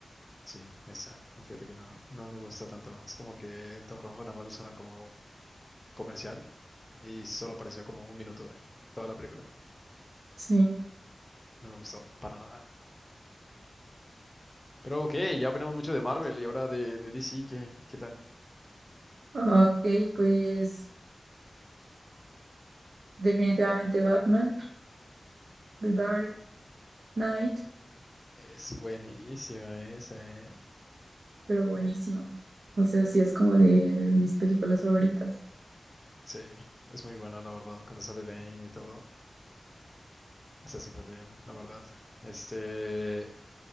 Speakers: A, on the left (about 20°); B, on the right (about 85°).
A: Sí, esa. Fíjate que no, no me gustó tanto. Es como que el Don Rojo nada más lo usaron como comercial y solo apareció como un minuto en toda la película.
B: sí.
A: No me gustó para nada. Pero ok, ya opinamos mucho de Marvel y ahora de, de DC, ¿qué, qué tal?
B: Ok, pues definitivamente Batman, The Dark Knight,
A: Es buenísima esa, ¿eh?
B: pero buenísima. O sea, sí es como de mis películas favoritas.
A: Sí, es muy buena, la verdad. Cuando sale Bane y todo, está súper bien, la verdad. Este,